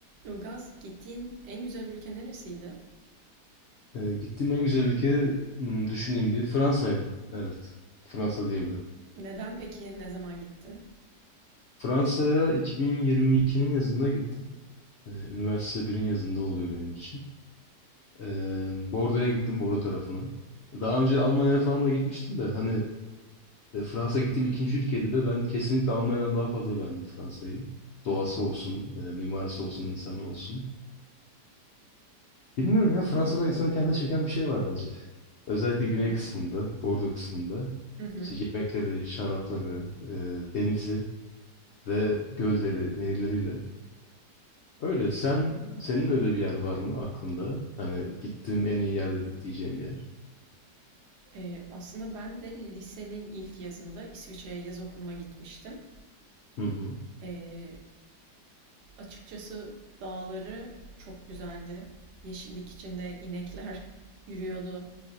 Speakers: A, on the right (about 75°); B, on the left (about 75°).
A: Ilgaz, gittiğin en güzel ülke neresiydi?
B: Ee, gittiğim en güzel ülke hmm, düşüneyim bir Fransa'ydı. Evet. Fransa diyebilirim.
A: Neden peki? Ne zaman gittin?
B: Fransa'ya 2022'nin yazında gittim. Ee, üniversite birin yazında oluyor benim için. Ee, Bordeaux'a gittim, Bordeaux tarafına. Daha önce Almanya'ya falan da gitmiştim de hani e, Fransa gittiğim ikinci ülkeydi ve ben kesinlikle Almanya'dan daha fazla beğendim Fransa'yı. Doğası olsun, e, mimarisi olsun, insanı olsun. Bilmiyorum ya Fransa'da insanı kendine çeken bir şey var bence. Özellikle güney
A: Doğru.
B: kısmında, Bordeaux kısmında.
A: Hı hı.
B: İşte yemekleri, şarapları, e, denizi ve gölleri, nehirleriyle. Öyle. Sen, senin öyle bir yer var mı aklında? Hani gittiğim en iyi yerde diyeceğim bir yer.
A: Ee, aslında ben de lisenin ilk yazında İsviçre'ye yaz okuluna gitmiştim.
B: Hı hı.
A: Ee, açıkçası dağları çok güzeldi. Yeşillik içinde inekler <laughs> yürüyordu.